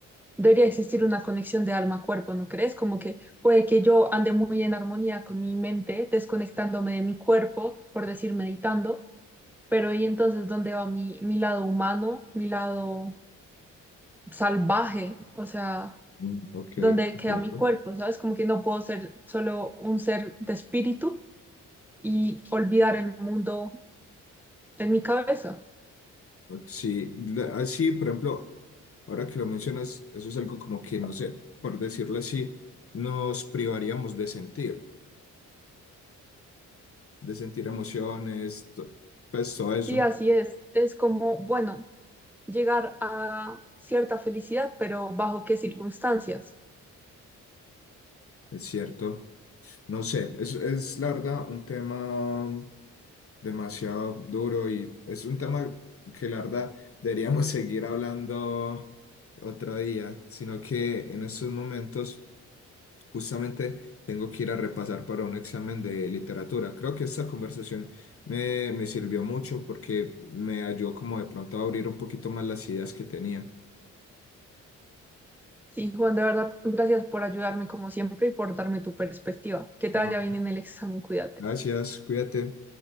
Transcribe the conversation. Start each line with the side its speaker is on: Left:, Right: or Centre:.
Centre: debería existir una conexión de alma-cuerpo, ¿no crees? Como que puede que yo ande muy en armonía con mi mente, desconectándome de mi cuerpo, por decir, meditando, pero ¿y entonces dónde va mi, mi lado humano, mi lado salvaje? O sea,
Left: mm, ok,
Centre: ¿dónde
Left: entiendo.
Centre: queda mi cuerpo? ¿Sabes? Como que no puedo ser solo un ser de espíritu y olvidar el mundo en mi cabeza.
Left: Ok, Sí, la- así, por ejemplo, ahora que lo mencionas, eso es algo como que, no sé, por decirlo así, nos privaríamos de sentir, de sentir emociones, to- pues todo eso,
Centre: Sí, así es. Es como, bueno, llegar a cierta felicidad, pero ¿bajo qué circunstancias?
Left: es cierto. No sé, es, es la verdad un tema demasiado duro y es un tema que la verdad deberíamos <laughs> seguir hablando otro día, sino que en estos momentos... Justamente tengo que ir a repasar para un examen de literatura. Creo que esta conversación me, me sirvió mucho porque me ayudó como de pronto a abrir un poquito más las ideas que tenía.
Centre: Sí, Juan, de verdad, gracias por ayudarme como siempre y por darme tu perspectiva. Que te
Left: No.
Centre: vaya bien en el examen, cuídate.
Left: Gracias, cuídate.